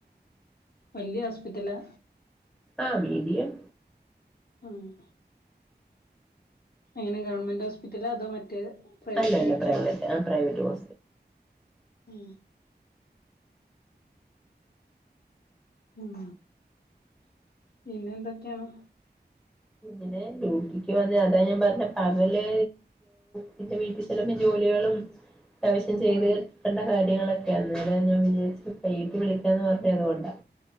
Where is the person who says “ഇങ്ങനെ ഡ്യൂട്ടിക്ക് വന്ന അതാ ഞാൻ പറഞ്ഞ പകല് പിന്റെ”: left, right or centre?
Centre